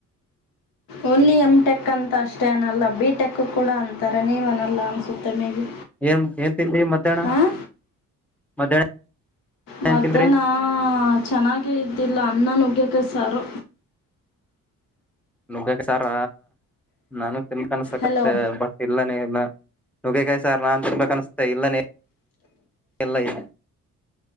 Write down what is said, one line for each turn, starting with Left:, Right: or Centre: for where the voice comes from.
Left: ಓನ್ಲಿ ಎಮ್ ಟೆಕ್ ಅಂತ ಅಷ್ಟೇ ಅನಲ್ಲ ಬಿ ಟೇಕ್ ಟೆಕ್ ಕೂಡ ಅಂತಾರೆ ನೀವ ಅನ್ನಲ್ಲ ಅನಿಸುತ್ತೆ ಮೇ ಬಿ
Centre: ಏನ್ ಏನ್ ತಿಂದ್ರಿ ಮಧ್ಯಾಹ್ನ
Left: ಹಾಂ
Centre: ಮಧ್ಯಾಹ್ನ ಏನ್
Left: ಮಧ್ಯಾಹ್ನ
Centre: ತಿಂದ್ರಿ
Left: ಚೆನ್ನಾಗೇ ಇದ್ದಿಲ್ಲ ಅನ್ನ ನುಗ್ಗೆಕಾಯಿ ಸಾರು
Centre: ನುಗ್ಗೆಕಾಯಿ ಸಾರ ನಾನು ತಿನ್ಬೆಕು ಅನ್ಸತ್ತೆ
Left: ಹಲೋ
Centre: ಬಟ್ ಇಲ್ಲನ ಇಲ್ಲ ನುಗೇಕಾಯ್ ಸಾರ್ ನಾನ್ ತುಂಬಾ ಅನಿಸ್ತೇ ಇಲ್ಲನ ಇಲ್ಲ ಇ